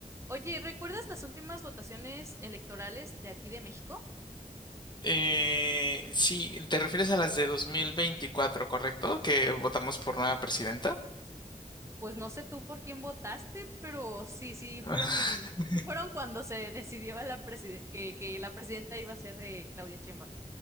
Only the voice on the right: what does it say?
Oye, ¿recuerdas las últimas votaciones electorales de aquí de México?
Pues no sé tú por quién votaste, pero sí, sí fueron,
sí fueron cuando se decidió a la preside- que, que la presidenta iba a ser eh, Claudia Sheinbaum.